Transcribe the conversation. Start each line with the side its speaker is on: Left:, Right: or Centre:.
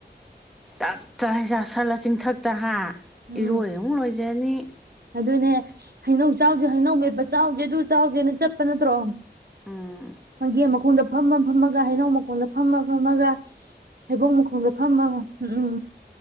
Centre: ꯇꯞ ꯆꯥꯛ ꯍꯦꯛ ꯆꯥ ꯁꯜꯂ ꯆꯤꯡꯊꯛꯇ ꯍꯥ
Right: ꯎꯝ
Centre: ꯏꯔꯣꯏ ꯑꯃꯨꯛ ꯂꯣꯏꯖꯅꯤ꯫
Right: ꯑꯗꯨꯅꯦ ꯍꯩꯅꯧ ꯆꯥꯎꯁꯦ ꯍꯩꯅꯧ ꯃꯦꯠꯄ ꯆꯥꯎꯁꯦ ꯑꯗꯨ ꯆꯥꯎꯁꯦꯅ ꯆꯠꯄ ꯅꯠꯇ꯭ꯔꯣ꯫
Centre: ꯎꯝ
Right: ꯃꯣꯏꯒꯤ ꯃꯥ꯫ ꯎꯈꯣꯡꯗ ꯐꯝꯃ ꯐꯝꯃꯒ ꯍꯩꯅꯧ ꯃꯈꯣꯡꯗ ꯐꯝꯃ ꯐꯝꯃꯒ ꯫ ꯍꯩꯕꯣꯡ ꯃꯈꯣꯡꯗ ꯐꯝꯃ ꯎꯝ ꯎꯝ